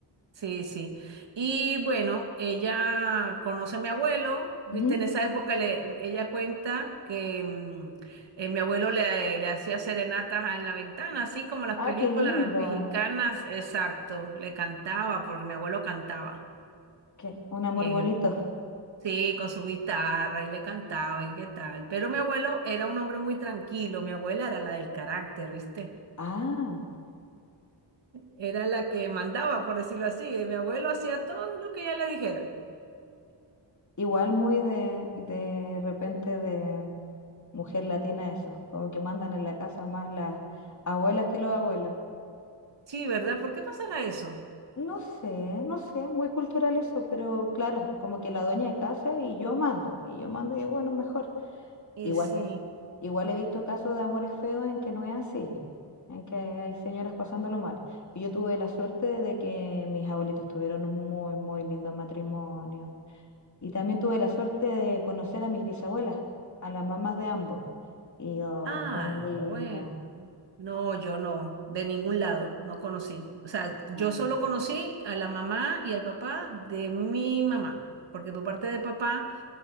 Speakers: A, on the right; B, on the left.
A: Sí, sí. Y bueno, ella conoce a mi abuelo, viste,
B: Ujú.
A: en esa época le, ella cuenta que mm, eh, mi abuelo le, le hacía serenatas en la ventana, así como las
B: Ah,
A: películas
B: qué lindo.
A: mexicanas, exacto, le cantaba, porque mi abuelo cantaba.
B: Qué, un amor
A: eh,
B: bonito.
A: Sí, con su guitarra y le cantaba y qué tal. Pero mi abuelo era un hombre muy tranquilo, mi abuela era la del carácter, ¿viste?
B: Ah,
A: Era la que mandaba, por decirlo así, y mi abuelo hacía todo lo que ella le dijera.
B: igual muy de, de repente de mujer latina eso, como que mandan en la casa más las abuelas que los abuelos.
A: Sí, ¿verdad?
B: Sí.
A: ¿Por qué pasará eso?
B: No sé, no sé, muy cultural eso, pero claro, como que la dueña de casa y yo mando, y yo mando y bueno, mejor.
A: Y
B: Igual
A: sí,
B: Igual he visto casos de amores feos en que no es así, en que hay señoras pasándolo mal. Y yo tuve la suerte de que mis abuelitos tuvieron un muy, muy lindo matrimonio. Y también tuve la suerte de conocer a mis bisabuelas, a las mamás de ambos. Y ay,
A: ah,
B: tan lindas.
A: bueno. No, yo no, de ningún lado, no conocí. O sea, yo
B: son.
A: solo conocí a la mamá y al papá de mi mamá, porque por parte de papá...